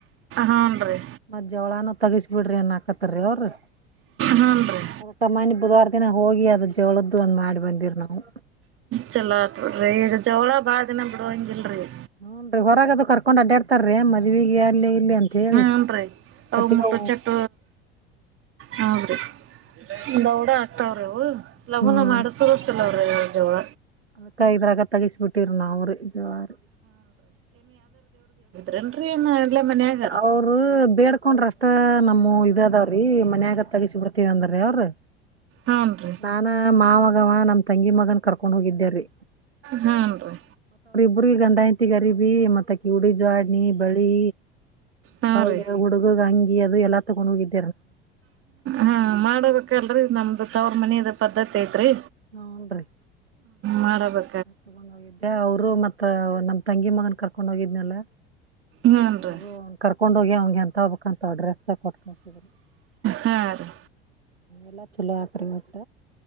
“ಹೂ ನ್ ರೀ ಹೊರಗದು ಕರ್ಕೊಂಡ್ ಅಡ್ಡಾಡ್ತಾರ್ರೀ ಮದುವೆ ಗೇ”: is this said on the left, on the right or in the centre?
Right